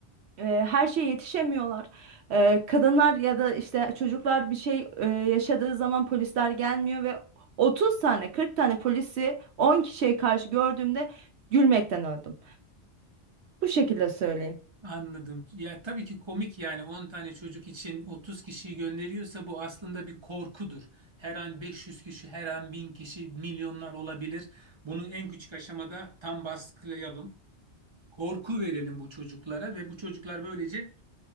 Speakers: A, on the right; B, on the right.
A: e, her şeye yetişemiyorlar. E, kadınlar ya da işte çocuklar bir şey e, yaşadığı zaman polisler gelmiyor ve 30 tane 40 tane polisi 10 kişiye karşı gördüğümde gülmekten öldüm. Bu şekilde söyleyeyim.
B: Anladım. Ya tabii ki komik yani 10 tane çocuk için 30 kişiyi gönderiyorsa bu aslında bir korkudur. Her an 500 kişi, her an 1000 kişi, milyonlar olabilir. Bunu en küçük aşamada tam baskılayalım. Korku verelim bu çocuklara ve bu çocuklar böylece